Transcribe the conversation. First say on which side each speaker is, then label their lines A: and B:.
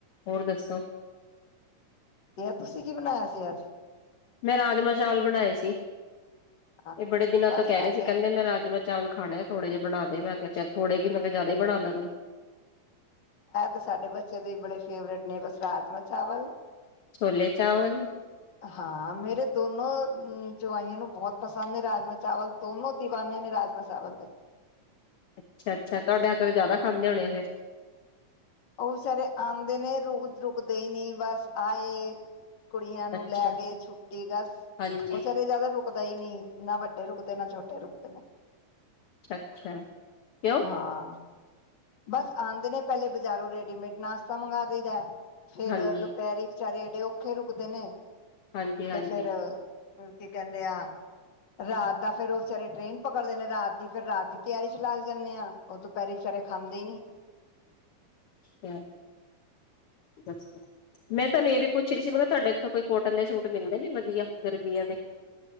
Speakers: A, on the left; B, on the left.
A: ਹੋਰ ਦੱਸੋ,
B: ਤੁਸੀਂ ਕੀ ਬਣਾਇਆ ਸੀ ਅੱਜ।
A: ਮੈਂ ਰਾਜਮਾਂ ਚਾਵਲ ਬਣਾਏ ਸੀ।
B: ਹਾਂ
A: ਇਹ ਬੜੇ ਦਿਨਾਂ
B: ਬਸ
A: ਤੋਂ ਕਹਿ ਰਹੇ
B: ਇਹ
A: ਸੀ
B: ਤੇ
A: ਕਹਿੰਦੇ ਮੈਂ ਰਾਜਮਾ ਚਾਵਲ ਖਾਣੇ ਆ ਥੋੜੇ ਜਿਹੇ ਬਣਾ ਦੇ ਮੈਂ ਕਿਹਾ ਥੋੜੇ ਜ ਮੈਂ ਕਿਹਾ ਜ਼ਿਆਦਾ ਹੀ ਬਣਾ ਦਾਂਗੀ।
B: ਇਹ ਤੇ ਸਾਡੇ ਬੱਚੇ ਦੇ ਬੜੇ ਫੇਵਰੇਟ ਨੇ ਬਸ ਰਾਜਮਾਂ ਚਾਵਲ
A: ਛੋਲੇ ਚਾਵਲ
B: ਹਾਂ ਮੇਰੇ ਦੋਨੋ ਜਵਾਈਆਂ ਨੂੰ ਬਹੁਤ ਪਸੰਦ ਨੇ ਰਾਜਮਾਂ ਚਾਵਲ ਦੋਨੋ ਦੀਵਾਨੇ ਨੇ ਰਾਜਮਾਂ ਚਾਵਲ ਦੇ।
A: ਅੱਛਾ ਅੱਛਾ ਤੁਹਾਡੇ ਹੱਥੋਂ ਤਾਂ ਜ਼ਿਆਦਾ ਖਾਂਦੇ ਹੋਣੇ ਆ ਫਿਰ।
B: ਉਹ ਵਿਚਾਰੇ ਆਉਂਦੇ ਨੇ ਰੋਜ਼ ਰੁਕਦੇ ਹੀ ਨਹੀਂ ਬਸ ਆਏ ਕੁੜੀਆਂ ਨੂੰ
A: ਅੱਛਾ
B: ਲੈਗੇ ਛੁੱਟੀ ਬਸ
A: ਹਾਂਜੀ
B: ਉਹ ਸਾਰੇ ਜਿਆਦਾ ਰੁਕ ਪਤਾ ਹੀ ਨਹੀਂ ਨਾ ਵੱਡੇ ਰੁਕਦੇ ਨਾ ਛੋਟੇ ਰੁਕਦੇ ਨੇ।
A: ਅੱਛਾ ਕਿਉਂ
B: ਹਾਂ ਬਸ ਆਉਂਦੇ ਨੇ ਪਹਿਲੇ ਬਜ਼ਾਰੋਂ ਰੈਡੀਮੇਡ ਨਾਸ਼ਤਾ ਮੰਗਵਾ ਦਈਦਾ ਫੇਰ
A: ਹਾਂਜੀ
B: ਦੁਪਹਿਰੀ ਵਿਚਾਰੇ ਏਡੇ ਔਖੇ ਰੁਕਦੇ ਨੇ।
A: ਹਾਂਜੀ ਹਾਂਜੀ
B: ਤੇ ਫੇਰ ਕੀ ਕਹਿੰਦੇ ਆ ਰਾਤ ਦਾ ਫੇਰ ਉਹ ਵਿਚਾਰੇ ਟ੍ਰੇਨ ਪਕੜਦੇ ਨੇ ਰਾਤ ਦੀ ਫਿਰ ਰਾਤ ਦੀ ਤਿਆਰੀ ਚ ਲੱਗ ਜਾਂਦੇ ਆ। ਉਹ ਦੁਪਹਿਰੀ ਆਦੇ ਨੀ
A: ਅਛਾ <inaudible> ਮੈਂ ਤੁਹਾਨੂੰ ਇਹ ਵੀ ਪੁੱਛ ਰਹੀ ਸੀ, ਮੈਂ ਕਿਹਾ ਤੁਹਾਡੇ ਇੱਥੋਂ ਕੋਈ ਕੋਟਨ ਦੇ ਸੂਟ ਮਿਲਦੇ ਨੇ ਵਧੀਆ ਗਰਮੀਆਂ ਦੇ।